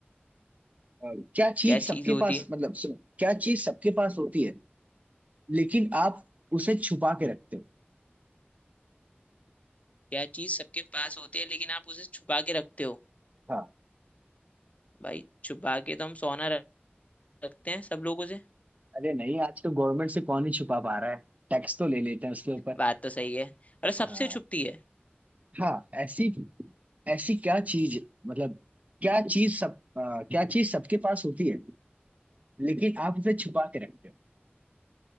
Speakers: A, on the right (about 35°); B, on the left (about 35°).
A: आ, क्या चीज
B: क्या
A: सबके
B: चीज होती
A: पास
B: है
A: मतलब सुनो क्या चीज सबके पास होती है लेकिन आप उसे छुपा के रखते हो
B: क्या चीज सबके पास होती है लेकिन आप उसे छुपा के रखते हो
A: हाँ
B: भाई छुपा के तो हम सोना रख- रखते हैं सब लोगों से
A: अरे नहीं आज तो गवर्नमेंट से कौन ही छुपा पा रहा है टैक्स तो ले लेते हैं उसके ऊपर
B: बात तो सही है अरे सबसे
A: हाँ
B: छुपती है
A: हाँ ऐसी ऐसी क्या चीज मतलब क्या चीज सब आ, क्या चीज सबके पास होती है लेकिन आप उसे छुपा के रखते हो